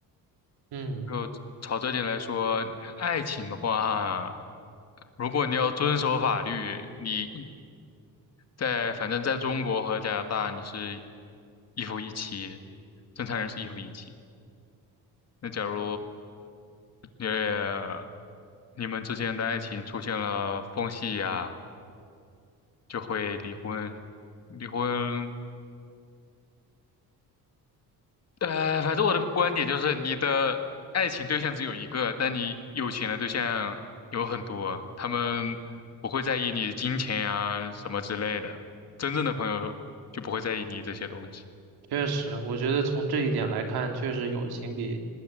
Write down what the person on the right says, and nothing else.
嗯，
确实，我觉得从这一点来看，确实友情比